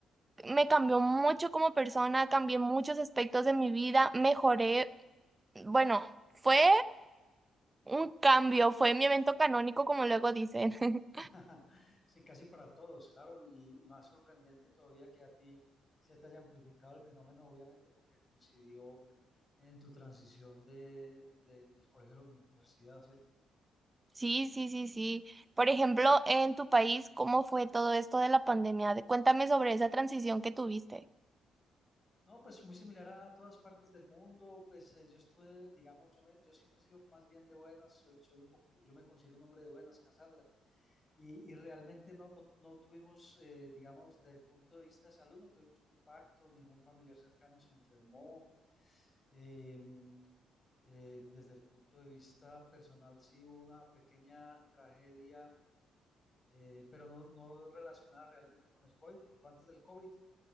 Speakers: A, on the right; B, on the left.
A: me cambió mucho como persona, cambié muchos aspectos de mi vida, mejoré bueno, fue un cambio, fue mi evento canónico, como luego dicen. <laughs>
B: <laughs> Sí, casi para todos, claro, y, y más sorprendente todavía que a ti se te haya amplificado el fenómeno, obviamente porque coincidió en tu transición de, de- del colegio a la universidad, ¿cierto?
A: Sí, sí, sí, sí. Por ejemplo, en tu país, ¿cómo fue todo esto de la pandemia? De- Cuéntame sobre esa transición que tuviste.
B: No, pues muy similar a todas partes del mundo, pues eh, yo estuve, digamos, yo, me, yo siempre he sido más bien de buenas, soy, soy un poco, yo me considero un hombre de buenas, Cassandra, y, y realmente no, no, no tuvimos, eh, digamos, desde el punto de vista de salud, no tuvimos un impacto, ningún familiar cercano se enfermó. em, Eh, desde el punto de vista personal, sí hubo una pequeña tragedia, eh, pero no, no relacionada realmente con el COVID, porque fue antes del COVID.